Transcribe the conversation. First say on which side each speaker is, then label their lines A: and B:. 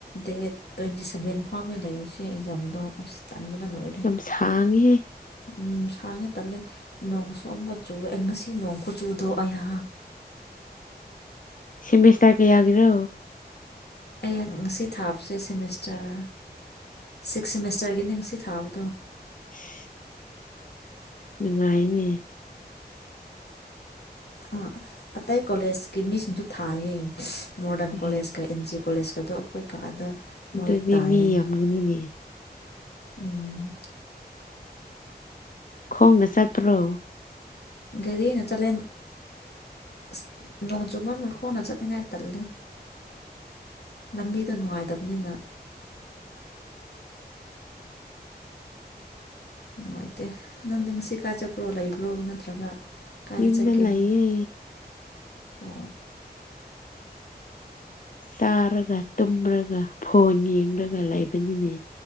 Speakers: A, on the left; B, on the left.
A: ꯗꯦ ꯇ꯭ꯋꯦꯟꯇꯤ ꯁꯚꯦꯟ ꯐꯥꯎꯅ ꯂꯩꯔꯤꯁꯦ ꯑꯦꯛꯖꯥꯝꯗꯣ ꯑꯁ ꯇꯟꯕꯅ ꯂꯣꯏꯔꯦ
B: ꯌꯥꯝ ꯁꯥꯡꯉꯦꯍꯦ
A: ꯎꯝ ꯁꯥꯡꯉꯦ ꯇꯜꯂꯦ ꯅꯣꯡꯁꯨꯑꯝꯀ ꯆꯨꯨꯔꯛꯦ ꯉꯁꯤ ꯅꯣꯡ ꯀꯨ ꯆꯨꯗꯣ ꯑꯌꯥ
B: ꯁꯤꯃꯤꯁ ꯇꯔ ꯀꯩ ꯌꯥꯒꯤꯔꯣ
A: ꯑꯩꯥꯛ ꯉꯁꯤ ꯊꯥꯕꯁꯦ ꯁꯤꯦꯃꯤꯁꯇꯔ ꯁꯤꯛꯁ ꯁꯦꯃꯤꯁꯇꯔꯒꯤꯅꯤ ꯉꯁꯤ ꯊꯥꯕꯗꯣ
B: <unintelligible> ꯅꯨꯡꯉꯥꯏꯅꯦ
A: ꯑ ꯑꯇꯩ ꯀꯣꯂꯦꯖꯀꯤ ꯃꯤꯁꯤꯡꯁꯨ ꯊꯥꯏꯌꯦ ꯃꯣꯗꯔꯟ
B: ꯑꯦ
A: ꯀꯣꯦꯖ ꯀ ꯑꯦꯟ ꯖꯤ ꯑꯣ ꯀꯣꯂꯦꯖꯀꯗꯣ ꯑꯩꯈꯣꯏ ꯀꯥꯗ
B: ꯑꯗꯨꯗꯤ
A: ꯃꯣꯏ ꯇꯥꯏꯌꯦ
B: ꯃꯤ ꯌꯥꯝꯒꯅꯤꯅꯦ
A: ꯎꯝ
B: ꯈꯣꯡꯅ ꯆꯠꯇ꯭ꯔꯣ
A: ꯒꯥꯔꯤꯅ ꯆꯠꯂꯦ ꯑꯁ ꯅꯣꯡ ꯆꯨꯃꯟ ꯃꯈ ꯈꯣꯡꯅ ꯆꯠꯅꯤꯡꯉꯥꯏ ꯇꯜꯂꯦ ꯂꯝꯕꯤꯗꯣ ꯅꯨꯡꯉꯥꯏꯇꯕꯅꯤꯅ ꯅꯨꯡꯉꯥꯏꯇꯦ ꯅꯪꯗꯤꯁꯤ ꯀꯥ ꯆꯠꯄ꯭ꯔꯣ ꯂꯩꯕ꯭ꯔꯣ ꯅꯠꯇ꯭ꯔꯒ ꯀꯥꯏꯗ
B: ꯌꯨꯝꯗ
A: ꯆꯠꯀꯦ
B: ꯂꯑꯌꯦ
A: ꯑꯣ
B: ꯆꯥꯔꯒ ꯇꯨꯝꯔꯒ ꯐꯣꯟ ꯌꯦꯡꯂꯒ ꯂꯩꯕꯅꯤꯅꯦ